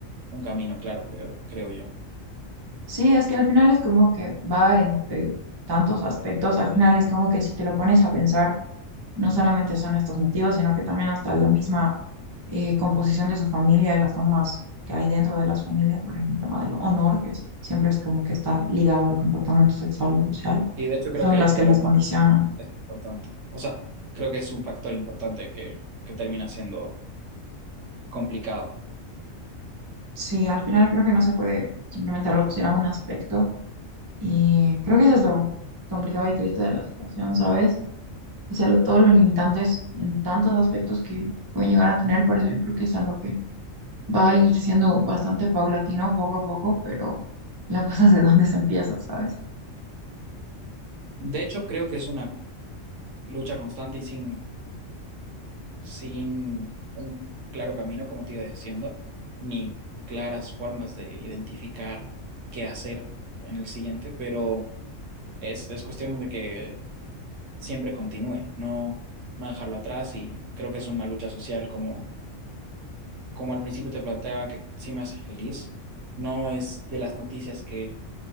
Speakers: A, on the right (about 70°); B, on the right (about 30°).
A: un camino claro, creo, creo yo.
B: Sí, es que al final es como que va entre tantos aspectos, al final es como que si te lo pones a pensar, No solamente son estos motivos, sino que también hasta la misma eh, composición de su familia y las normas que hay dentro de las familias, por ejemplo, el tema del honor, que es- siempre es como que está ligado al comportamiento sexual o social,
A: Y de hecho creo
B: son
A: que,
B: las
A: que
B: que los
A: lo no
B: condicionan.
A: es importante. O sea, creo que es un factor importante que, que termina siendo complicado.
B: Sí, al final creo que no se puede simplemente reducir a un aspecto y creo que eso es lo complicado y triste de la situación, ¿sabes? O sea, lo- todos los limitantes en tantos aspectos que pueden llegar a tener, por eso yo creo que es algo que va a ir siendo bastante paulatino poco a poco, pero la cosa es de dónde se empieza, ¿sabes?
A: De hecho, creo que es una lucha constante y sin, sin un claro camino, como te iba diciendo, ni claras formas de identificar qué hacer en el siguiente, pero es, es cuestión de que siempre continúe, no, no dejarlo atrás y creo que es una lucha social como, como al principio te planteaba que sí me hace feliz, no es de las noticias que